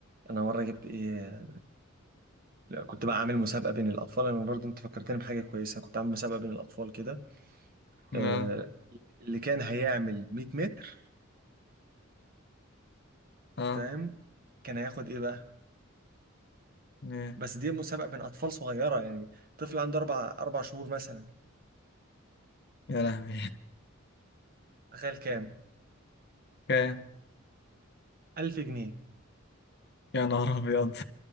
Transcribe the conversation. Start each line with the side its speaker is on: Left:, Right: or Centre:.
Right: انا مرة جبت ايه؟ لا، كنت بقى عامل مسابقة بين الاطفال انا برضه انت فكرتني بحاجة كويسة كنت عامل مسابقة بين الاطفال كده
Left: آه
Right: آه اللي كان هيعمل 100 متر
Left: آه
Right: فاهم؟ كان هياخد ايه بقى؟
Left: إيه.
Right: بس دي مسابقة بين اطفال صغيرة يعني طفل عنده اربع اربع شهور مثلا
Left: يا لهوي <laughs>
Right: تخيل كام؟
Left: كام
Right: 1000 جنيه
Left: يا نهار أبيض